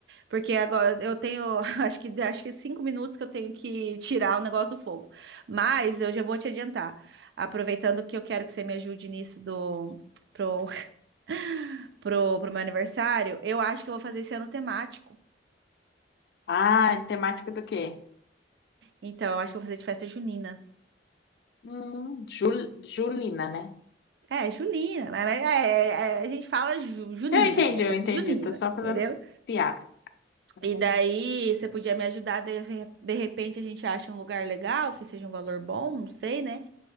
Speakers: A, on the right; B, on the left.
A: Porque agora eu tenho, <laughs> acho que, acho que é cinco minutos que eu tenho que tirar o negócio do fogo. Mas eu já vou te adiantar. Aproveitando que eu quero que você me ajude nisso do, pro, <laughs> pro, pro meu aniversário, eu acho que eu vou fazer esse ano temático.
B: Ah, temática do quê?
A: Então, eu acho que eu vou fazer de festa junina.
B: Hum, Jul- Julina, né?
A: É, Junina, mas mas é- é- é- a gente fala ju- Junina,
B: Eu entendi,
A: é
B: eu
A: festa
B: entendi.
A: junina,
B: Tô só fazendo
A: entendeu?
B: piada. Uhum.
A: E daí você podia me ajudar, de, re- de repente a gente acha um lugar legal, que seja um valor bom, não sei, né?